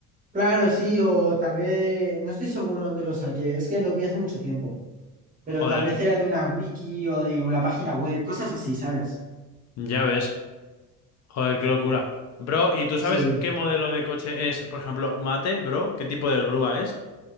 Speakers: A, on the right (about 25°); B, on the left (about 55°).
A: Claro, sí, o tal vez, no estoy seguro dónde lo saqué, es que lo vi hace mucho tiempo, pero
B: Joder,
A: tal vez era de una wiki o de o la página web, cosas así, ¿sabes?
B: ya ves. Joder, qué locura. Bro, ¿y tú sabes
A: Sí.
B: qué modelo de coche es, por ejemplo, Mate, bro? ¿Qué tipo de grúa es?